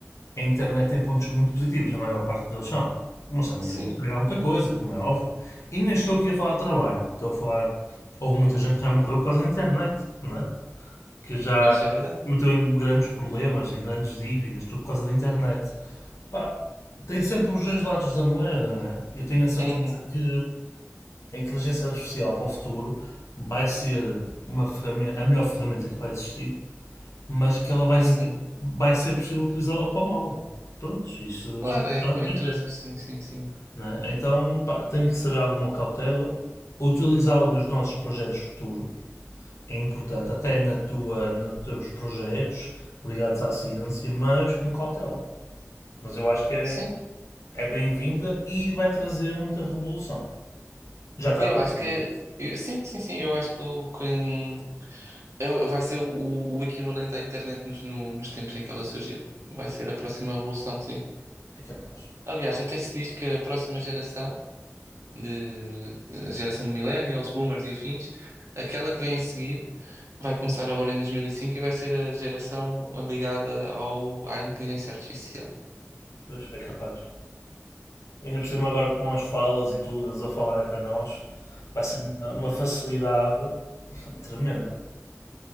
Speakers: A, on the left; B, on the right.
A: a internet tem pontos muito positivos, a maior parte deles são. Mas a maioria
B: Sim,
A: estragaram muita coisa, como é óbvio. E nem estou aqui a falar de trabalho, estou a falar. Houve muita gente que já morreu por causa da internet, não é? que já
B: pois é verdade.
A: se meteu em grandes problemas, em grandes dívidas, tudo por causa da internet. Pá, tem sempre os dois lados da moeda, né? Eu tenho a certeza
B: Uhum,
A: que a inteligência artificial para o futuro vai ser uma ferramenta, a melhor ferramenta que vai existir, mas que ela vai
B: uhum.
A: ser, vai ser possível utilizá-la para o mal. Pronto, isto
B: Claro,
A: já
B: é
A: sabe
B: como
A: como
B: em tudo,
A: é que é.
B: sim, sim, sim.
A: né? Então, pá, tem que ser alguma cautela, utilizá-la nos nossos projetos futuros é importante, até na tua, nos teus projetos ligados à ciência, mas com cautela. Mas eu acho que é,
B: Sim,
A: é bem-vinda e vai trazer muita revolução. Já está
B: eu
A: a trazer.
B: acho que é. eu- Sim, sim, sim, eu acho que o quem. É- vai ser o, o equivalente à internet nos, no- nos tempos em que ela surgiu. Vai ser a próxima evolução, sim.
A: É capaz.
B: Aliás, até se diz que a próxima geração, de, a geração de millennials, boomers e afins, aquela que vem a seguir, vai começar agora em 2005 e cinco e vai ser a geração ligada ao, à inteligência artificial.
A: Pois, é capaz. Ainda por cima agora com as falas e tudo, eles a falarem para nós, vai ser uma, uma facilidade <laughs> tremenda.